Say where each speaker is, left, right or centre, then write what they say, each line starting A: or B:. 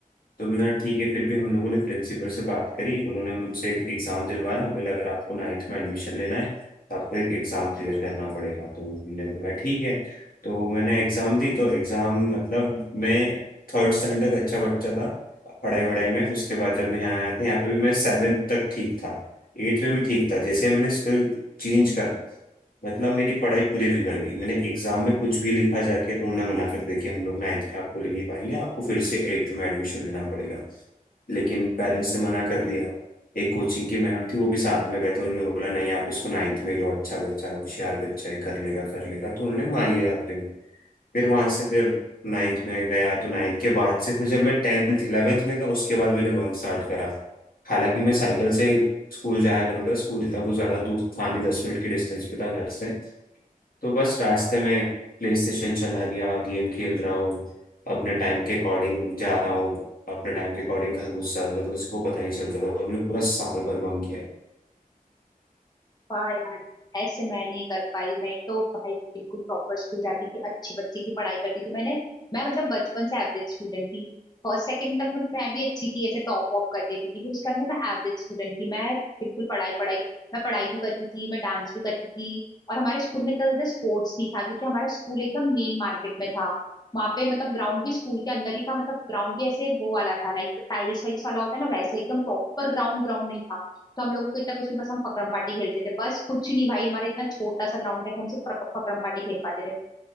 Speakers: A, on the left; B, on the left.
A: तो मैंने कहा, ठीक है फिर भी हम लोगों ने प्रिंसिपल से बात करी उन्होंने मुझसे एक एग्ज़ाम दिलवाया बोले अगर आपको नाइन्थ में एडमिशन लेना है तो आपको एक एग्ज़ाम क्लियर करना पड़ेगा तो हमने बोला ठीक है तो मैंने एग्ज़ाम दी तो एग्ज़ाम मतलब मैं थर्ड स्टैंडर्ड अच्छा बच्चा था पढ़ाई वढ़ाई में उसके बाद जब मैं यहाँ आया था यहाँ पे भी मैं सेवेंथ तक ठीक था एट्थ में भी ठीक था जैसे मैंने स्कूल चेंज करा मतलब मेरी पढ़ाई पूरी बिगड़ गई मैंने एग्जाम में कुछ भी लिखा जाके तो उन्होंने मना कर दिया कि हम लोग नाइन्थ में आपको ले नहीं पाएंगे आपको फिर से एट्थ में एडमिशन लेना पड़ेगा लेकिन पेरेंट्स ने मना कर दिया एक कोचिंग की मैम थी वो भी साथ में गए तो उन्होंने बोला नहीं आप इसको नाइन्थ में ही लो अच्छा बच्चा है होशियार बच्चा है कर लेगा कर लेगा तो उन्होंने मान लिया आखिर में फिर वहां से फिर नाइन्थ में गया तो नाइन्थ के बाद से फिर जब मैं टेंथ इलेवेंथ में गया उसके बाद मैंने बंक स्टार्ट करा हालांकि मैं साइकिल से स्कूल जाया करता था स्कूल इतना कुछ ज्यादा दूर था नहीं दस मिनट के डिस्टेंस पे था घर से तो बस रास्ते में प्ले स्टेशन चला गया गेम खेल रहा हूँ अपने टाइम के अकॉर्डिंग जा रहा हूँ अपने टाइम के अकॉर्डिंग घर घुस जा रहा हूँ तो किसी को पता नहीं चलता था और मैंने पूरा साल भर बंक किया है
B: वाह यार ऐसे मैं नहीं कर पाई मैं तो भाई बिल्कुल प्रॉपर स्कूल जाती थी अच्छे बच्चे की पढ़ाई करती थी मैंने मैं मतलब बचपन से एवरेज स्टूडेंट थी फर्स्ट सेकंड तक मैं मैं भी अच्छी थी ऐसे टॉप वॉप कर देती थी फिर उसके बाद में मैं एवरेज स्टूडेंट थी मैं बिल्कुल पढ़ाई पढ़ाई मैं पढ़ाई भी करती थी मैं डांस भी करती थी और हमारे स्कूल में इतना ज्यादा स्पोर्ट्स नहीं था क्योंकि हमारा स्कूल एकदम मेन मार्केट में था वहां पे मतलब ग्राउंड भी स्कूल के अंदर ही था मतलब ग्राउंड भी ऐसे वो वाला था लाइक टाइल्स वाइल्स वाला होता है ना वैसे एकदम प्रॉपर ग्राउंड ग्राउंड नहीं था तो हम लोगों को इतना कुछ नहीं बस हम पकड़म पार्टी खेलते थे बस कुछ नहीं भाई हमारा इतना छोटा सा ग्राउंड था कि हम सिर्फ पक- पकड़म पार्टी खेल पाते थे